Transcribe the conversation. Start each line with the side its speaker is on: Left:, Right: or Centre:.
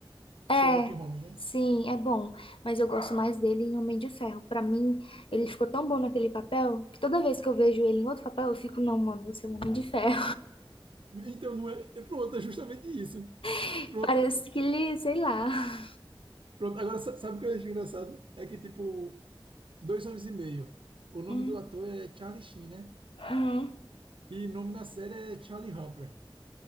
Left: É,
Right: Sherlock Holmes, né?
Left: sim, é bom, mas eu gosto mais dele em Homem de Ferro. Pra mim, ele ficou tão bom naquele papel que toda vez que eu vejo ele em outro papel, eu fico, não, mano, você é um Homem de Ferro.
Right: Então não é. é Pronto, é justamente isso.
Left: <laughs>
Right: Pronto,
Left: Parece que ele, sei lá.
Right: Pronto, agora sa- sabe o que eu acho engraçado? É que, tipo, Dois Homens e Meio. O nome
Left: Hum,
Right: do ator é Charlie Sheen, né?
Left: hum.
Right: E o nome na série é Charlie Harper